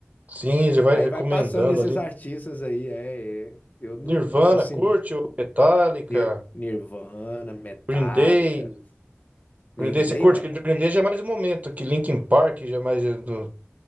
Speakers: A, on the right; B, on the left.
A: Sim, ele vai
B: Aí
A: recomendando
B: vai passando esses
A: ali.
B: artistas aí, é, é, eu não
A: Nirvana,
B: assim
A: curte o Metallica,
B: Nir- Nirvana, Metallica,
A: Green Day.
B: Green
A: Green Day, você
B: Day,
A: curte?
B: não.
A: Porque Green Day já é mais um momento aqui. Linkin Park já é mais do,